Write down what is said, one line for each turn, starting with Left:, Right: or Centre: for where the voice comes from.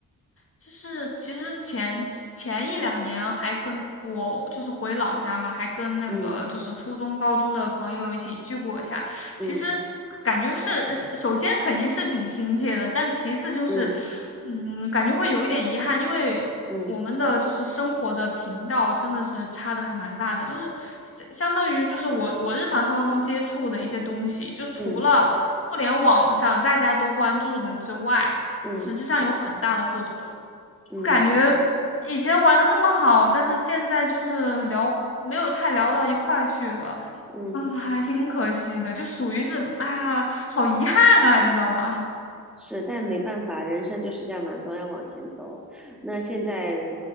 Left: 就是其实前前一两年还跟我就是回老家嘛，还跟那个就是初中、
Centre: 嗯
Left: 高中的朋友一起聚过一下。
Centre: 嗯
Left: 其实感觉是，是首先肯定是挺亲切的，但其次就是，
Centre: 嗯
Left: 嗯，感觉会有一点遗憾，因为我们的就是生活的频道真的是差的还蛮大的，
Centre: 嗯
Left: 就是相相当于就是我我日常生活中接触的一些东西，就除了互联网上大家都关注的之外，
Centre: 嗯嗯
Left: 实际上有很大的不同。
Centre: 嗯嗯
Left: 我感觉以前玩的那么好，但是现在就是聊没有太聊到一块儿去了，
Centre: 嗯。
Left: 嗯，还挺可惜的，就属于是，哎呀，好遗憾啊，知道吧？<laughs>
Centre: 是，但没办法，人生就是这样嘛，总要往前走。那现在